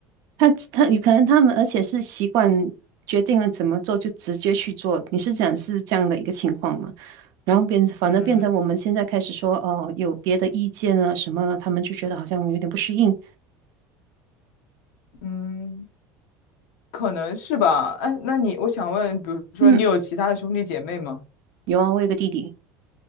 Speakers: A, on the right (about 50°); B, on the left (about 85°).
A: 他他有可能他们，而且是习惯决定了怎么做就直接去做。你是讲是这样的一个情况吗？然后变，反正变成我们现在开始说哦，
B: 嗯
A: 有别的意见了什么了，他们就觉得好像有点不适应。
B: 嗯，可能是吧。哎，那你我想问，比如说你有其他的兄弟姐妹吗？
A: 嗯，有啊，我有个弟弟，